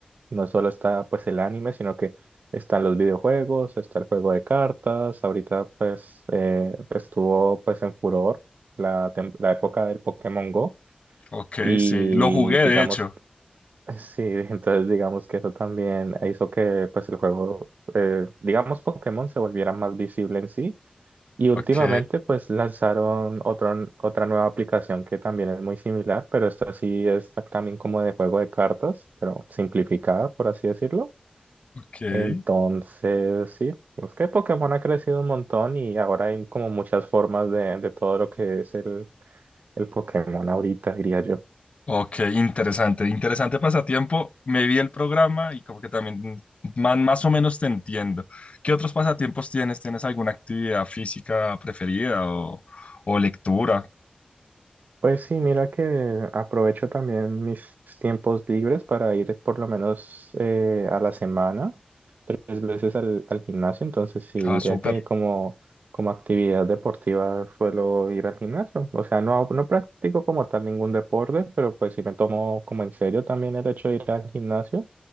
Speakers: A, on the right; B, on the left.
A: no solo está pues el anime, sino que están los videojuegos, está el juego de cartas. Ahorita pues eh, estuvo pues en furor la, tem- la época del Pokémon Go
B: ok,
A: y
B: sí. Lo jugué,
A: digamos,
B: de hecho.
A: <laughs> sí, entonces digamos que eso también hizo que pues el juego, eh, digamos Pokémon se volviera más visible en sí y
B: Ok,
A: últimamente pues lanzaron otra otra nueva aplicación que también es muy similar, pero esta sí es ta- también como de juego de cartas, pero simplificada, por así decirlo.
B: ok.
A: Entonces, sí, pues que Pokémon ha crecido un montón y ahora hay como muchas formas de, de todo lo que es el, el Pokémon ahorita, diría yo.
B: Ok, interesante, interesante pasatiempo. Me vi el programa y como que también man- más o menos te entiendo. ¿Qué otros pasatiempos tienes? ¿Tienes alguna actividad física preferida o, o lectura?
A: Pues sí, mira que aprovecho también mis tiempos libres para ir por lo menos eh, a la semana, tres veces al, al gimnasio, entonces sí,
B: Ah,
A: diría
B: súper.
A: que como, como actividad deportiva suelo ir al gimnasio. O sea, no, no practico como tal ningún deporte, pero pues sí me tomo como en serio también el hecho de ir al gimnasio,